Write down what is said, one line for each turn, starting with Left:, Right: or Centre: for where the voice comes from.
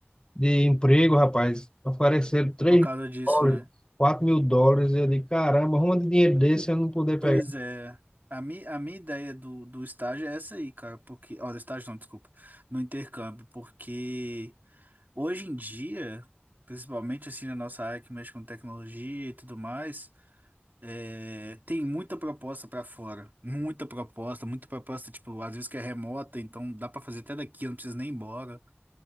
Left: de emprego, rapaz. Ofereceram três
Right: por causa
Left: mil
Right: disso,
Left: dólares,
Right: né?
Left: quatro mil dólares. Eu digo, caramba, arruma de dinheiro desse eu não poder
Right: Pois
Left: pegar.
Right: é. A, mi, a minha ideia do, do estágio é essa aí, cara, porque. Ó, do estágio não, desculpa. No intercâmbio, porque. Hoje em dia, principalmente assim na nossa área que mexe com tecnologia e tudo mais, é, tem muita proposta para fora, muita proposta, muita proposta, tipo, às vezes que é remota, então dá para fazer até daqui, não precisa nem ir embora.